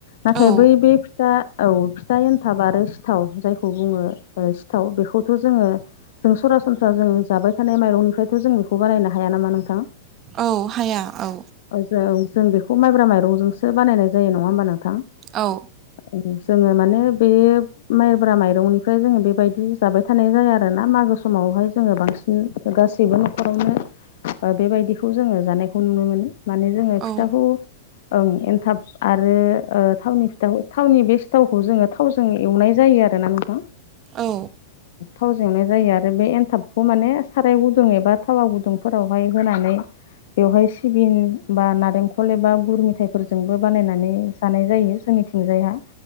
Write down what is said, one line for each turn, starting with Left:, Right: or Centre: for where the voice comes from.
Left: नाथाय
Right: औ
Left: बै बे फिथा औ फिथा एन्थाब आरो सिथाव जायखौ बुंङो ओ सिथाव बेखौथ' जोङो जों सरासनस्रा जों जाबाय थानाय माइरंनिफ्रायथ' जों बेखौ बानायनो हाया नामा नोंथां?
Right: औ हाया औ।
Left: जों जों बेखौ माइब्रा माइरंजोंसो बानायनाय जायो नङा होमबा नोंथां?
Right: औ।
Left: ओं जोङो माने बे माइब्रा माइरंनिफ्राय जोङो बेबायदि जाबाय थानाय जाया आरो ना मा गो समावहाय जोङो बांसिन गासैबो न'खरावनो ओ बेबायदिखौ जोङो जानायखौ नुनो मोनो। माने जोङो फिथाखौ
Right: औ
Left: ओं एनथाब आरो ओ थावनि फिथाखौ थावनि बे सिथावखौ जोङो थावजों एवनाय जायो आरो ना नोंथां।
Right: औ।
Left: थावजों एवनाय जायो आरो बे एन्थाबखौ माने साराय गुदुं एबा थावा गुदुंफोरावहाय होनानै बेवहाय सिबिन बा नारेंखल एबा गुर मेथाइफोरजोंबो बानायनानै जानाय जायो जोंनिथिंजायहा